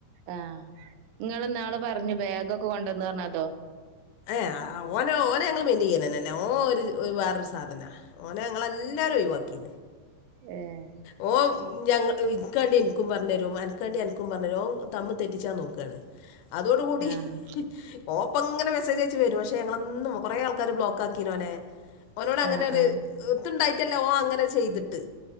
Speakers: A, on the right; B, on the left.
A: ആനിങ്ങ നാള് പറഞ്ഞു ബാഗൊക്കെ കൊണ്ടുന്ന് പറഞ്ഞതോ
B: ഏ ഓനെ ഓന ഞങ്ങൾ മെയിന്റ ചെയ്യാനന്നന്നെ ല്ല ഓന് വേറൊരു സാധനാ ഓനെ ഞങ്ങളെല്ലാവരും ഒഴിവാക്കി
A: ഏഹ്
B: ഓ ഞങ്ങ ഇനക്കാണ്ടി എനിക്കും പറഞ്ഞഞ് തരും അനാണ്ടി എനിക്കും പറഞ്ഞു തരുംഒന് തമ്മിൽ തെറ്റിച്ചാ നോക്കാണ് അതോ കൂടി
A: ആഹ്
B: ഓപ്പങ്ങനെ മെസ്സേ ച്ച് അയച് വരും പക്ഷെ ഞങ്ങളന്നും കൊറെ ആൾക്കാര് ബ്ലോക്കക്കിന് ഓനെ ഓനോട് അങ്ങനെരു
A: ആഹ്
B: ഏത്തുണ്ടയി റ്റല്ല ഒന്അങ്ങനെ ചെയ്തിട്ട്